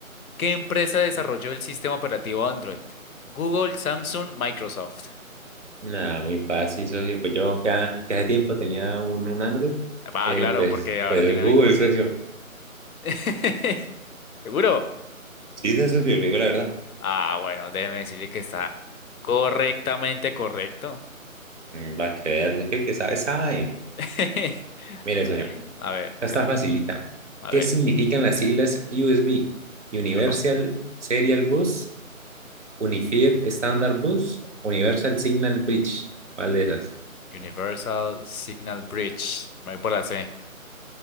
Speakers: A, on the left; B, on the right.
A: ¿Qué empresa desarrolló el sistema operativo Android? Google, Samsung, Microsoft.
B: Nada, muy fácil, socio. Pues yo cada, cada tiempo tenía un, un Android,
A: Ah,
B: eh,
A: claro,
B: pues,
A: porque ahora
B: pues
A: tienen
B: Google,
A: iPhone.
B: socio.
A: <laughs> ¿Seguro?
B: Sí, sí, socio, le digo la verdad.
A: Ah, bueno, déjeme decirle que está correctamente correcto.
B: Mm, Va a creer, es que el que sabe, sabe.
A: <laughs>
B: Mire,
A: Ahí.
B: socio,
A: A ver,
B: esta
A: pregúnteme.
B: está facilita.
A: A
B: ¿Qué
A: ver.
B: significan las siglas USB? Universal
A: Ajá.
B: Serial Bus, Unified Standard Bus, Universal Signal Bridge. ¿Cuál de esas?
A: Universal Signal Bridge. Me voy por la C.